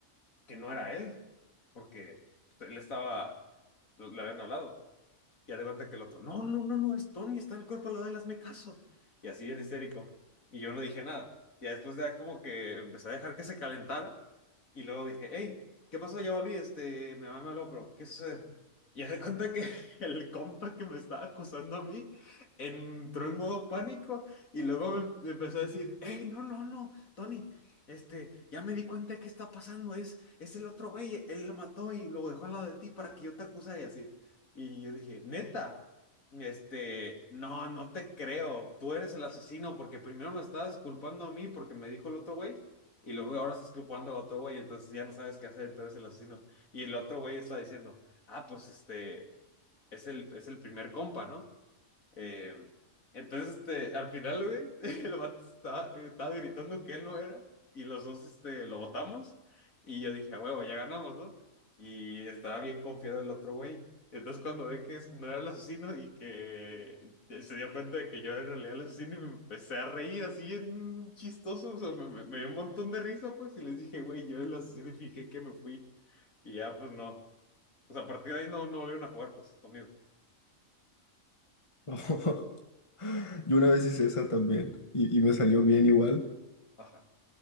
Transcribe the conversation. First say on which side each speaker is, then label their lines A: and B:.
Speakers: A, on the left; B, on the left.
A: que no era él, porque él estaba, lo, le habían hablado. Y haz de cuenta que el otro, no, no, no, no, es Tony, está en el cuerpo, al lado de él, hazme caso. Y así bien histérico. Y yo no dije nada. Y después de como que empecé a dejar que se calentara. Y luego dije, hey, ¿qué pasó? Ya volví, este, mi mamá me habló, pero ¿qué sucede? Y haz de cuenta que <laughs> el compa que me estaba acusando a mí entró en modo pánico y luego me me empezó a decir, hey, no, no, no, Tony, este, ya me di cuenta de qué está pasando, es, es el otro güey, él lo mató y lo dejó al lado de ti para que yo te acusara y así. Y yo dije, neta, este, no, no te creo, tú eres el asesino porque primero me estabas culpando a mí porque me dijo el otro güey y luego ahora estás culpando al otro güey, entonces ya no sabes qué hacer, tú eres el asesino. Y el otro güey está diciendo, ah, pues este, es el, es el primer compa, ¿no? Eh, entonces, este, al final, güey, <laughs> el vato estaba, estaba gritando que él no era y los dos, este, lo votamos y yo dije, a huevo, ya ganamos, ¿no? Y estaba bien confiado el otro güey. Entonces, cuando ve que ese no era el asesino y que se dio cuenta de que yo era en realidad el asesino y me empecé a reír así bien chistoso, o sea, me, me- me dio un montón de risa, pues, y les dije, güey, yo era el asesino y fijé que me fui. Y ya, pues, no. O sea, a partir de ahí no, no volvieron a jugar, pues, conmigo.
B: <laughs> Yo una vez hice esa también y, y me salió bien igual.
A: Ajá.